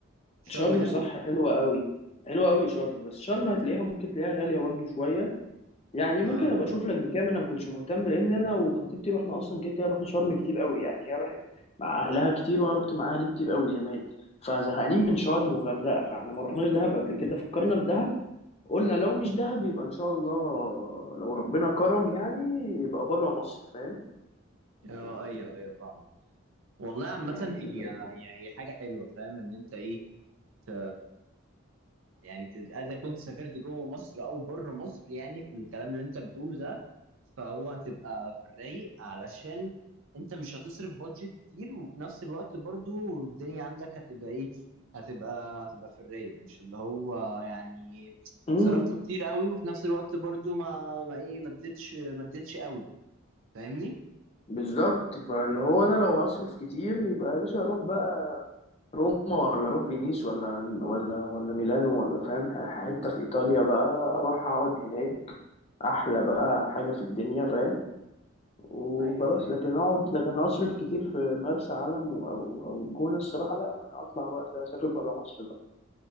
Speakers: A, on the right; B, on the left.
A: شرم
B: شرم
A: حلوه
B: صح حلوة قوي حلوة قوي شرم بس شرم هتلاقيها ممكن تلاقيها غالية برضه شوية يعني
A: اه
B: ممكن ابقى اشوف لك بكام انا ما كنتش مهتم لان انا وخطيبتي رحنا اصلا كده كده رحنا شرم كتير قوي يعني هي راحت مع اهلها كتير وانا رحت مع اهلي كتير قوي زمان فزهقانين من شرم وغردقة فاحنا ما رحناش دهب قبل كده فكرنا في دهب قلنا لو مش دهب يبقى ان شاء الله لو ربنا كرم يعني يبقى بره مصر فاهم
A: اه
B: يعني
A: ايوه ايوه فاهمه والله عامه
B: يعني
A: هي
B: لو
A: هي هي حاجه حلوه فاهم ان انت ايه ت- يعني بتت- اذا كنت سافرت جوه مصر او بره مصر يعني في الكلام اللي انت بتقوله ده فهو هتبقى في الرايق علشان انت مش هتصرف بادجت كتير وفي نفس الوقت برضو الدنيا عندك هتبقى ايه هتبقى هتبقى في الرايق مش اللي هو يعني
B: امم
A: صرفت كتير قوي وفي نفس الوقت برضو ما ما ايه ما اديتش ما اديتش قوي فاهمني
B: بالظبط فاللي هو انا لو هصرف كتير يبقى يا باشا اروح بقى روما ولا اروح فينيس ولا ولا ولا ميلانو ولا فاهم ح- حته في ايطاليا بقى اروح اقعد هناك احلى بقى حاجه في الدنيا فاهم وخلاص
A: ايوه ايوه
B: لكن اقعد لكن اصرف كتير في مرسى علم و- او او الجونه الصراحه لا ما انا اطلع بقى اسافر بره مصر بقى